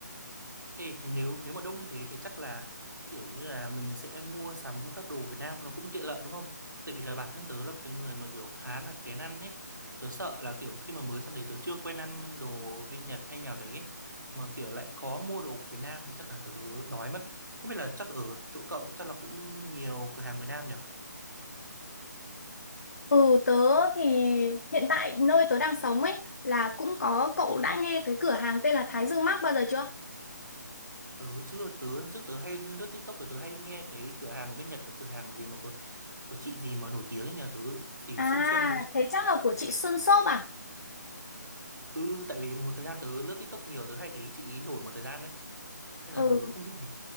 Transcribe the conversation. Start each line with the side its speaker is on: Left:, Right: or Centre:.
Right: Ê, thế nếu nếu mà đông như thế thì chắc là kiểu như là mình sẽ mua sắm các đồ Việt Nam nó cũng tiện lợi đúng không? Tại vì là bản thân tớ là một cái người mà kiểu khá là kén ăn ấy. Tớ sợ là kiểu khi mà mới sang đấy tớ chưa quen ăn đồ bên Nhật hay nào đấy ấy. Mà kiểu lại khó mua đồ của Việt Nam thì chắc là tớ đói mất. Không biết là chắc ở chỗ cậu chắc là cũng nhiều cửa hàng Việt Nam nhỉ?
Left: Ừ tớ thì hiện tại nơi tớ đang sống ấy là cũng có cậu đã nghe cái cửa hàng tên là Thái Dương Mart bao giờ chưa?
Right: Tớ chưa tớ trước tớ hay lướt TikTok rồi tớ hay nghe cái cửa hàng ở bên Nhật là cửa hàng gì mà của của chị gì mà nổi tiếng ấy nhỉ? Tớ gì
Left: À
Right: Xuân Xuân đúng không?
Left: thế chắc là của chị Xuân Shop à?
Right: Ừ, ừ, tại vì một thời gian tớ lướt TikTok nhiều tớ hay thấy chị ý nổi một thời gian đấy nên
Left: Ừ
Right: là tớ cũng không biết nhiều